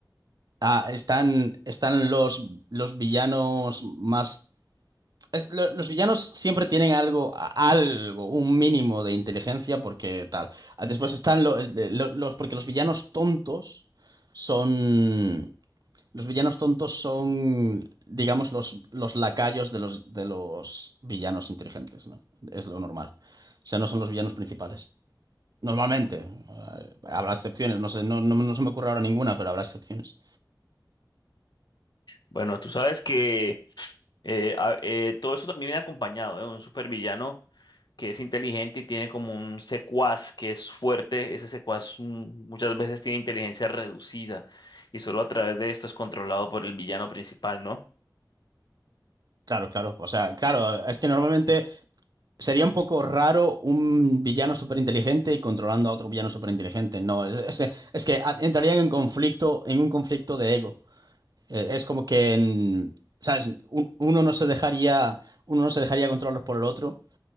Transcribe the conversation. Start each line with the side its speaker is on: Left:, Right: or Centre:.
Right: Ah, están, están los, los villanos más... es- lo- Los villanos siempre tienen algo, a- algo, un mínimo de inteligencia porque tal. Ah, Después están lo- eh, lo- los, porque los villanos tontos son, los villanos tontos son, digamos, los, los lacayos de los, de los villanos inteligentes, ¿no? Es lo normal. O sea, no son los villanos principales. Normalmente. Ah, Habrá excepciones, no sé, no, no no se me ocurre ahora ninguna, pero habrá excepciones.
Left: Bueno, tú sabes que eh, a- eh, todo eso también viene acompañado de un supervillano que es inteligente y tiene como un secuaz que es fuerte, ese secuaz mm, muchas veces tiene inteligencia reducida y solo a través de esto es controlado por el villano principal, ¿no?
Right: Claro, claro. O sea, claro, es que normalmente sería un poco raro un villano súper inteligente y controlando a otro villano súper inteligente. No, es, es- es que a- entrarían en conflicto, en un conflicto de ego. Eh, es como que, mm, ¿sabes? Un- Uno no se dejaría, uno no se dejaría controlar por el otro